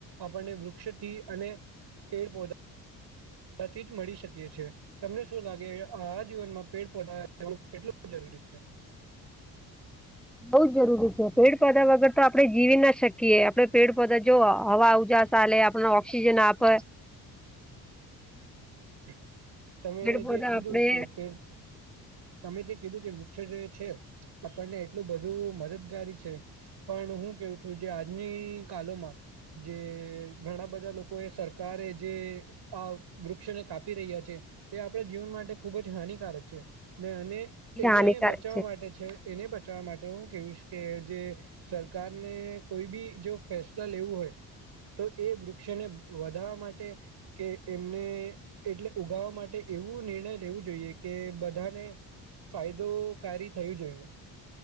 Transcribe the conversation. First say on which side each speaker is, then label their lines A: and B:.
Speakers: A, on the right (about 50°); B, in the centre.
A: આપણને વૃક્ષથી અને પેડ પૌધ આ થી જ મળી શકીએ છે. તમને શું લાગે આ જીવનમાં પેડ પોધા કેટલું જરૂરી છે?
B: બઉ જરૂરી છે પેડ પોધા વગર તો આપડે જીવી ના શકીએ, આપડે પેડ પોધા જો હવા ઉજા સાલે આપણ ઓક્સિજન આપે,
A: <inaudible> તમે
B: પેડ પધા
A: જે કીધું
B: આપડે
A: કે પેડ તમે જે કીધું કે વૃક્ષ જો એ છે, આપણને એટલું બધું મદદગારી છે. પણ હું કેઉં છું જે આજની કાલોમાં જે ઘણા બધા લોકો એ સરકારે જે આ વૃક્ષોને કાપી રહ્યા છે, તે આપણા ખુબ જ હાનિકારક છે. ને અને
B: એ
A: એને
B: હાનિકારક
A: બચાવવા માટે છે, એને બચાવવા માટે હું કેઉશ કે જે સરકારને કોઈ બી જો ફેસલ લેવું હોય તો એ વૃક્ષોને વધારવા માટે કે એમને એટલે ઉગાવા માટે એવું નિર્ણય લેવું જોઈએ, કે બધા ને ફાયદોકારી થયું જોયું.